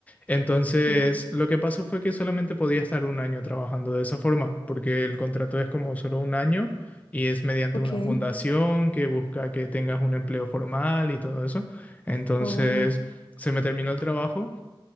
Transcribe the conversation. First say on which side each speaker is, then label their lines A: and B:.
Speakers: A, on the left; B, on the left.
A: Entonces,
B: cool,
A: lo que pasó fue que solamente podía estar un año trabajando de esa forma, porque el contrato es como solo un año y es mediante
B: ok,
A: una fundación que busca que tengas un empleo formal y todo eso. Entonces,
B: oh,
A: se me terminó el trabajo